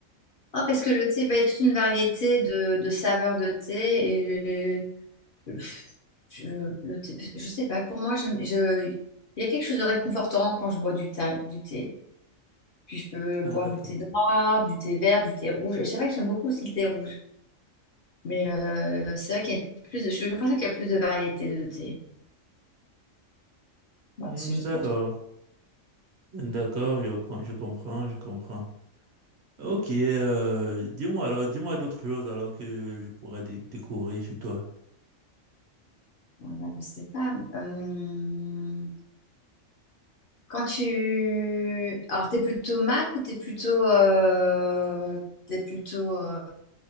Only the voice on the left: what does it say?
Oh, parce que le thé, bah, il y a toute une variété de, de saveurs de thé. Et euh, je... Le thé... je sais pas, pour moi, j'aime- je... il y a quelque chose de réconfortant quand je bois du thé. Du thé. Puis je peux boire
du thé noir, du thé vert, du thé rouge. Et c'est vrai que j'aime beaucoup aussi le thé rouge. Mais euh, c'est vrai qu'il y a plus de... J'ai l'impression qu'il y a plus de variétés de thé. Voilà,
c'est juste
pour ça.
Voilà, je sais pas. Euh, quand tu... Alors, t'es plutôt Mac ou t'es plutôt... euh, T'es plutôt... euh,